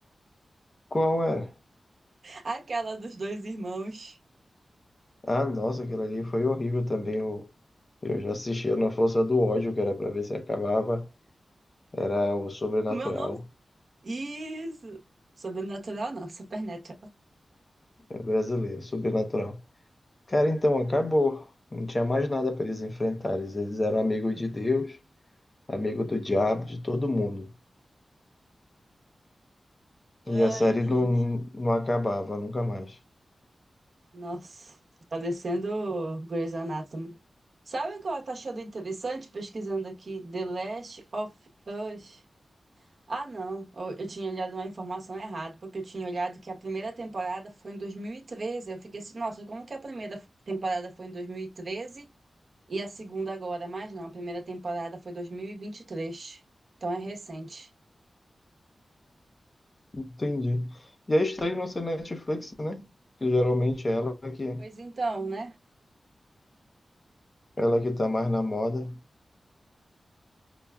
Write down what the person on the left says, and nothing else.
Qual era?
Ah, nossa, aquilo ali foi horrível também. Eu, eu já assistia na Força do Ódio, que era para ver se acabava. Era o Sobrenatural.
É brasileiro, Sobrenatural. Cara, então acabou. Não tinha mais nada para eles enfrentarem. Eles eram amigos de Deus, amigo do diabo, de todo mundo. E
a série
não, não acabava nunca mais.
Entendi. E é estranho não ser Netflix, né? Porque geralmente é ela que,
ela que tá mais na moda.